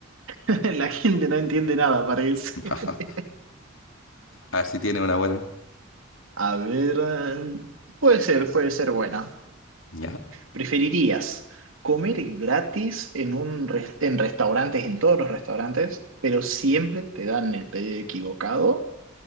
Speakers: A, on the right; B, on the left.
A: <laughs> La gente no entiende nada, parece.
B: <laughs>
A: <laughs>
B: A ver si tiene una buena.
A: A ver, eh, puede ser, puede ser buena.
B: ¿Ya?
A: ¿Preferirías comer gratis en un res- en restaurantes, en todos los restaurantes, pero siempre te dan el pedido equivocado?